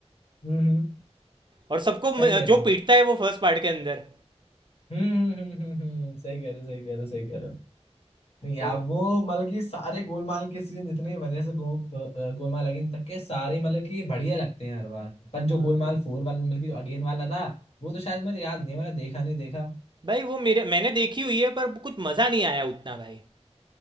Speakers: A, on the left (about 60°); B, on the right (about 40°).
A: हम्म हम्म, हम्म,
B: और सबको
A: सही
B: म-
A: कह रहे
B: जो
A: हो
B: पीटता है वो फर्स्ट पार्ट के अंदर
A: हम्म हम्म हम्म हम्म हम्म, सही कह रहे हो सही कह रहे हो सही कह रहे हो नहीं यार
B: उन-
A: वो मतलब कि सारे गोलमाल के सीजन जितने भी बने से गो, अ, गोलमाल अगेन तक के सारे मतलब कि बढ़िया लगते हैं हर बार पर
B: हाँ
A: जो गोलमाल
B: भाई
A: फोर वाला मतलब कि जो अगेन वाला था वो तो
B: हम्म।
A: शायद मुझे याद नहीं है, मैंने देखा नहीं देखा
B: भाई वो मेरे मैंने देखी हुई है पर कुछ मजा नहीं आया उतना भाई